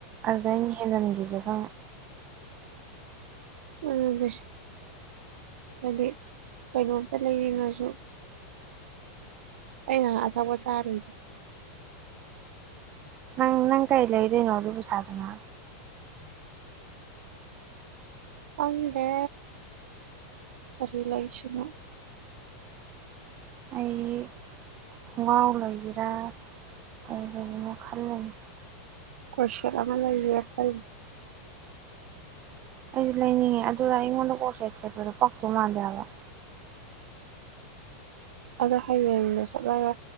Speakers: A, on the right; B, on the right.
A: ꯑꯗꯨ ꯑꯥꯏꯩꯅ ꯍꯦꯟꯖꯟꯒꯤꯖꯕ
B: ꯑꯗꯨꯅꯦ ꯍꯥꯏꯗꯤ ꯀꯩꯅꯣꯝꯇ ꯂꯩꯔꯤꯉꯁꯨ ꯑꯩꯅ ꯑꯁꯥꯕꯨ ꯁꯔ
A: ꯅꯪ ꯅꯪ ꯀꯩ ꯂꯩꯗꯅꯣ ꯑꯗꯨ ꯄꯩꯁꯥꯗꯨꯅ
B: ꯈꯪꯗꯦ ꯀꯔꯤ ꯂꯩꯁꯤꯅꯥ
A: ꯑꯩ ꯈꯣꯡꯒꯥꯎ ꯂꯩꯁꯤꯔꯥ ꯀꯩ ꯂꯩꯕꯅꯣ ꯈꯜꯂꯤꯅꯦ
B: ꯀꯣꯏꯁꯦꯠ ꯑꯃ ꯂꯩꯖꯤꯔ ꯈꯜꯂꯤ
A: ꯑꯩꯗꯤ ꯂꯩꯅꯤꯡꯉꯦ ꯑꯗꯨꯗ ꯑꯩꯉꯣꯟꯗ ꯀꯣꯔꯁꯦꯠ ꯁꯦꯠꯄꯗꯣ ꯄꯛꯇꯣꯏ ꯃꯥꯟꯗꯦꯕ
B: ꯑꯗꯣ ꯍꯌꯦꯡꯗꯣ ꯆꯠꯂꯒ